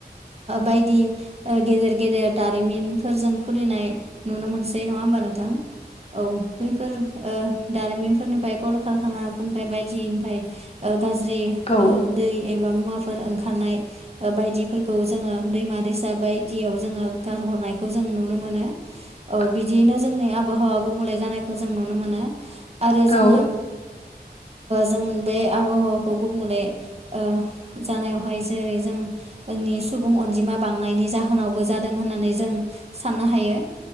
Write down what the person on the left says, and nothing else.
औ
<inaudible>
औ